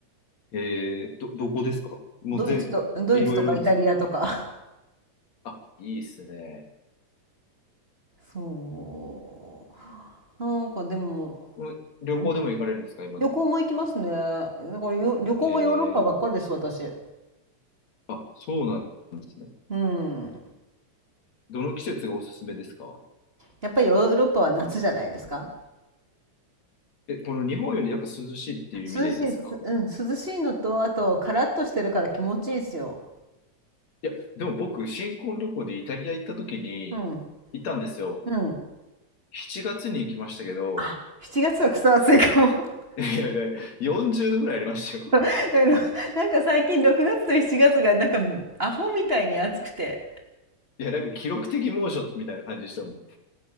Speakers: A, on the left (about 65°); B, on the right (about 20°).
A: へえ、ど、どこですかもう全、
B: ドイツと、ドイツとかイタリアとか
A: いろいろですかあ、いいっすね。
B: そう。なんかでも、
A: うん旅行でも行かれるんですか今でも。
B: うん旅行も行きますね。だからよ旅行もヨーロッパばっかりです、
A: へえ。
B: 私。
A: あ、そうなんですね。
B: うん。
A: どの季節がおすすめですか
B: やっぱりヨーロッパは夏じゃないですか。
A: え、この日本よりやっぱ涼しいっていう意味でですか
B: 涼しい、すうん、涼しいのと、あと、カラッとしてるから気持ちいいですよ。
A: いや、でも僕、新婚旅行でイタリア行った時に、
B: うん。
A: 行ったんですよ。
B: うん。
A: 7月に行きましたけど、
B: あ、7月はクソ暑いかも。<laughs>
A: いや、ね、40度ぐらいありましたよ。
B: そうなんか最近6月と7月がつがなんかアホみたいに暑くて。
A: いや、なんか記録的猛暑みたいな感じでしたもん。